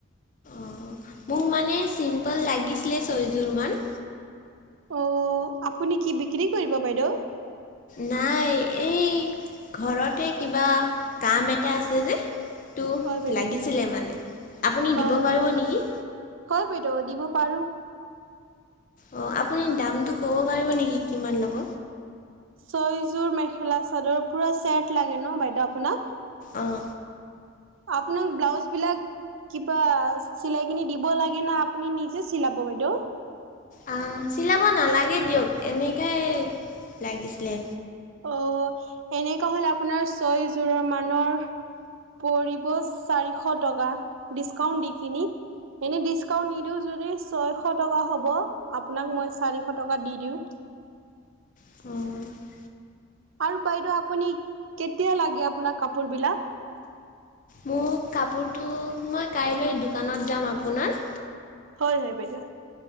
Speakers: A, on the left; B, on the right.
A: অঁ। মোক মানে চিম্পল লাগিছিলে ছয়যোৰ মান।
B: অ। আপুনি কি বিক্ৰী কৰিব বাইদেউ?
A: নাই, এই ঘৰতে কিবা কাম এটা আছে যে। টো
B: হয় বাইদেউ
A: লাগিছিলে
B: হয়
A: মানে। আপুনি দিব
B: অ
A: পাৰিব নেকি?
B: হয় বাইদেউ, দিব পাৰো।
A: অ, আপুনি দামটো ক'ব পাৰিব নেকি, কিমান ল'ব?
B: ছয়যোৰ মেখেলা চাদৰ পুৰা চেট লাগে ন বাইদেউ আপোনাক?
A: অঁ।
B: আপোনাক ব্লাউজ বিলাক কিবা চিলাই কিনি দিব লাগে না, আপুনি নিজে চিলাব বাইদেউ?
A: আ চিলাব নালাগে দিয়ক, এনেকাই লাগিছিলে।
B: অহ। এনেকুৱা হলে আপোনাৰ ছয় জোৰৰ মানৰ পৰিব চাৰিশ টকা, ডিচকাউন্ট দি কিনি। এনে ডিছ্কাউণ্ট নিদো যদি ছয়শ টকা হ'ব। আপোনাক মই চাৰিশ টকা দি দিওঁ।
A: অ।
B: আৰু বাইদেউ আপুনি কেতিয়া লাগে আপোনাক কাপোৰ বিলাক?
A: মোক কাপোৰটো মই কাইলৈ দোকানত যাম আপোনাৰ।
B: হয় হয় বাইদেউ।